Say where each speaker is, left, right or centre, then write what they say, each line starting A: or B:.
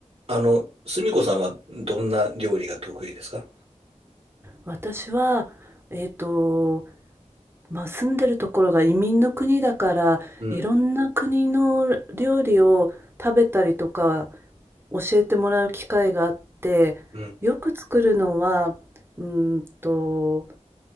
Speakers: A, on the right; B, on the right.
A: あの、すみこさんはどんな料理が得意ですか
B: 私は、えっと、まあ、住んでるところが移民の国だから、
A: うん、
B: いろんな国の料理を食べたりとか教えてもらう機会があって、
A: うん。
B: よく作るのは、うーんと、